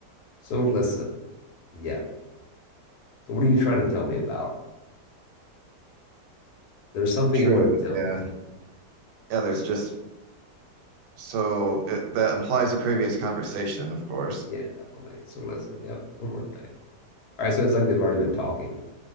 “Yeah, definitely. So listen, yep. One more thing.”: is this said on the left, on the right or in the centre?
Left